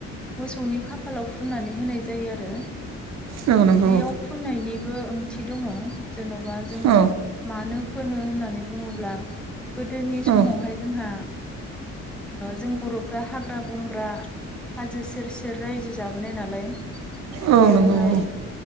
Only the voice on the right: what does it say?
औ नंगौ
औ
औ
औ
नंगौ औ